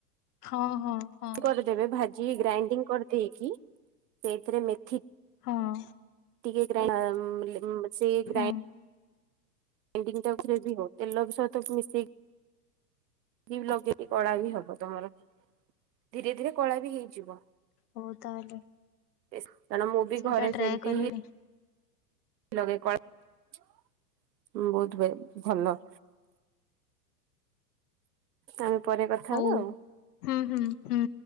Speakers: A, on the left; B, on the right.
A: ହଁ ହଁ। ହଁ।
B: କରିଦେବେ ଭାଜି ଗ୍ରାଇଣ୍ଡିଙ୍ଗ କରିଦେଇକି ସେଇଥିରେ ମେଥି
A: ହଁ।
B: ଟିକେ ଗ୍ରାଇ ମ୍ ସେଇ ଗ୍ରାଇ
A: ହୁଁ
B: ଇଣ୍ଡିଙ୍ଗ ବି ହଉ ତେଲ ବି ସହିତ ମିଶେଇକି କି ଲଗେଇଲେ କଳା ବି ହବ ତମର ଧୀରେ ଧୀରେ କଳା ବି ହେଇଯିବ।
A: ହଉ ତାହେଲେ।
B: କାରଣ ମୁଁ ବି
A: ସେଇଟା
B: ଘରେ
A: ଟ୍ରାଏ
B: ସେମିତି
A: କରିବି
B: ହିଁ ଲଗେଇ କରେ। ବହୁତ ଭଲ। ଆମେ ପରେ କଥା
A: ହଉ
B: ହବା ଆଉ।
A: ହୁଁ ହୁଁ ହୁଁ।